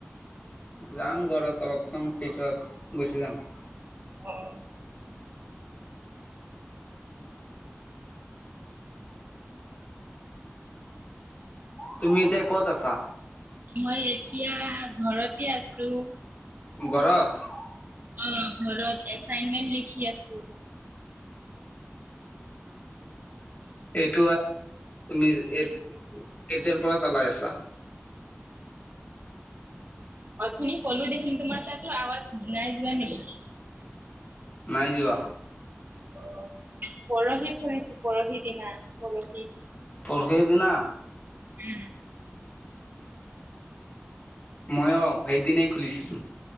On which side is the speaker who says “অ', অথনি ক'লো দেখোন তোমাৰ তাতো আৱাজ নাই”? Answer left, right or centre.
Right